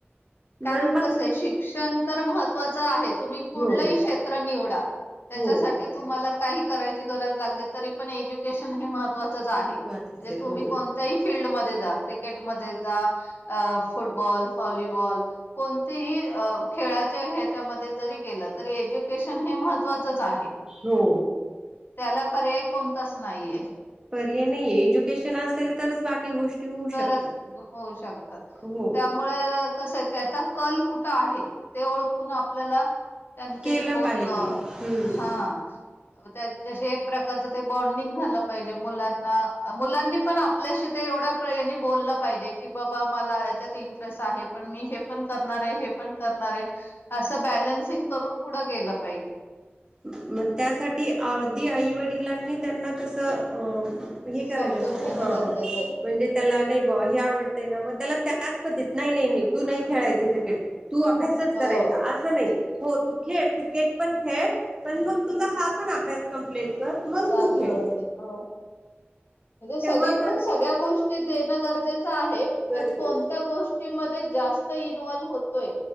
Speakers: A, on the left; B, on the right.
A: कारण
B: पण मग
A: कसं आहे शिक्षण, तर महत्त्वाचं आहे तुम्ही कुठलंही
B: हो
A: क्षेत्र, निवडा. त्याच्यासाठी
B: हो
A: तुम्हाला काही करायची गरज लागली तरी पण एज्युकेशन, हे मह तो तसं आहे
B: महत्वाचच
A: म्हणजे
B: आहे
A: तुम्ही
B: हो
A: कोण? त्या ही फिल्ड मध्ये जा क्रिकेट मध्ये जा फुटबॉल, हॉलीबॉल, कोणतेही खेळाच्या ह्याच्यामध्ये जरी गेलं तरी एज्युकेशन, हे मह महत्वाचं आहे.
B: हो.
A: त्याला पर्याय कोणताचं नाहीये.
B: पर्याय नाही एज्युकेशन असेल तरच बाकी गोष्टी होऊ शकतात
A: तरचं होऊ शकतात
B: हो
A: त्या. मुळं कसं आहे त्याचा कल कुठं आहे ते ओळखून आपल्याला. त्यांच्याशी
B: केलं
A: बोलणं
B: पाहिजे हम्म
A: हा. त्या शी एक प्रकारचं ते बॉन्डिंग झालं पाहिजे मुलांना- मुलांनी पण आपल्याशी ते एवढ्या. यांनी बोललं पाहिजे की बाबा मला याच्यात इंटरेस्ट आहे. पण मी हे पण करणारे - हे पण करणारे असं बॅलन्सिंग करून कुठं गेलं पाहिजे.
B: मग त्यासाठी आधी आई वडिलांनी त्यांना तसं अ हे करायला
A: समजून घेणं
B: हा
A: गरजेचं आहे
B: म्हणजे त्याला नाही बा हे आवडतयं ना मग त्याला त्याच पद्धत नाही - नाही तू नाही खेळायचं क्रिकेट. तू अभ्यासचं करायचा
A: हो
B: असं नाही हो तू खेळ, क्रिकेट पण खेळ. पण मग तुझा हा पण अभ्यास कमप्लीट कर. मग
A: चालू
B: तू खेळ
A: राहते हो म्हणजे सगळीकडून,
B: तेव्हा काय होत
A: सगळ्या गोष्टी देण गरजेचं आहे
B: गरजेच
A: पण कोणत्या गोष्टीमध्ये, जास्त इन्वॉल्व होतोयं.